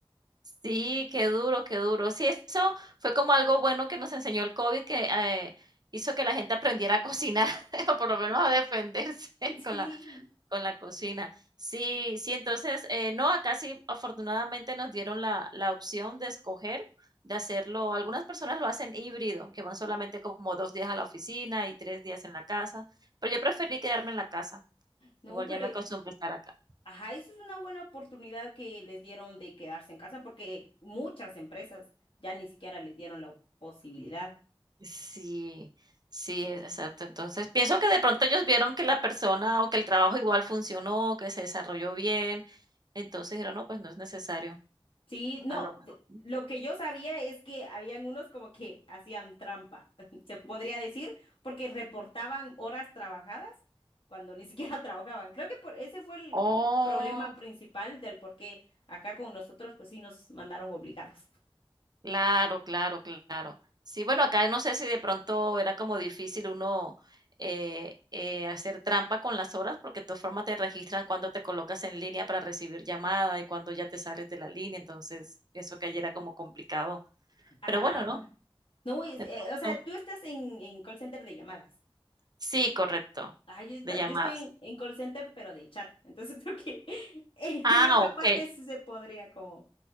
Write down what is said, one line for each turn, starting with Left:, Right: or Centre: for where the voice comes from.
Right: Sí, qué duro, qué duro. Sí, eso fue como algo bueno que nos enseñó el COVID, que eh, hizo que la gente aprendiera a cocinar, <laughs> o por lo menos a defenderse <laughs>
Left: <laughs>
Right: con
Left: Sí,
Right: la, con la cocina. Sí, sí, entonces, eh, no, acá sí, afortunadamente nos dieron la, la opción de escoger, de hacerlo. Algunas personas lo hacen híbrido, que van solamente como dos días a la oficina y tres días en la casa, pero yo preferí quedarme en la casa.
Left: no,
Right: Igual
Left: pero...
Right: ya me acostumbré a estar acá.
Left: Ajá, eso es una buena oportunidad que les dieron de quedarse en casa porque muchas empresas ya ni siquiera les dieron la posibilidad.
Right: Sí, sí,
Left: Sí.
Right: e- exacto. Entonces, pienso que de pronto ellos vieron que la persona o que el trabajo igual funcionó, que se desarrolló bien. Entonces dijeron, no, pues no es necesario.
Left: Sí, no,
Right: A lo
Left: d-
Right: mejor.
Left: lo que yo sabía es que habían unos como que hacían trampa, <laughs> se podría decir, porque reportaban horas trabajadas cuando ni siquiera <laughs> trabajaban. Creo que por ese fue el, como
Right: Oh,
Left: el problema principal del por qué acá con nosotros pues sí nos mandaron obligados.
Right: claro, claro, claro. Sí, bueno, acá no sé si de pronto era como difícil uno eh, eh, hacer trampa con las horas, porque de todas formas te registran cuando te colocas en línea para recibir llamada y cuando ya te sales de la línea. Entonces, pienso que ayer era como complicado.
Left: Ah,
Right: Pero bueno, ¿no?
Left: no, es-
Right: De
Left: eh,
Right: pronto.
Left: o sea, tú estás en, en call center de llamadas.
Right: Sí, correcto,
Left: Ay, yo, esta-
Right: de llamadas.
Left: yo estoy en, en call center, pero de chat. Entonces creo que <laughs> en
Right: Ah,
Left: esa
Right: okey,
Left: parte sí se podría como